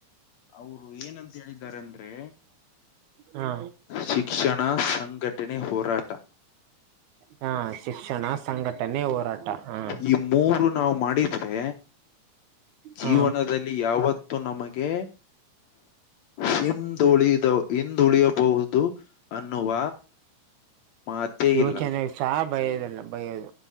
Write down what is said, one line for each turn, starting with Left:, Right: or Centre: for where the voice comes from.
Left: ಅವರು ಏನಂತ ಹೇಳಿದ್ದಾರಂದ್ರೆ.
Right: ಹಾ
Left: ಶಿಕ್ಷಣ ಸಂಘಟನೆ ಹೋರಾಟ.
Right: ಹಾ ಶಿಕ್ಷಣ ಸಂಘಟನೆ ಹೋರಾಟ ಹಾಂ.
Left: ಈ ಮೂರು ನಾವು ಮಾಡಿದ್ರೆ. ಜೀವನದಲ್ಲಿ
Right: ಹಾ
Left: ಯಾವತ್ತೂ ನಮಗೆ ಹಿಂದುಳಿದವ ಹಿಂದುಳಿಯಬಹುದು ಅನ್ನುವ. ಮಾತೇ
Right: ಯೋಚನೆ
Left: ಇಲ್ಲ
Right: ಸಹ ಬಯೋದಲ್ಲ ಬಯೋದು.